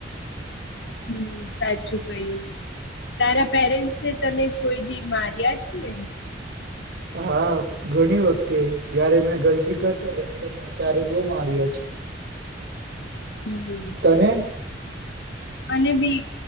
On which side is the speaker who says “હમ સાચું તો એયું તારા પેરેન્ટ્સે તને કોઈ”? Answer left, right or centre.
Left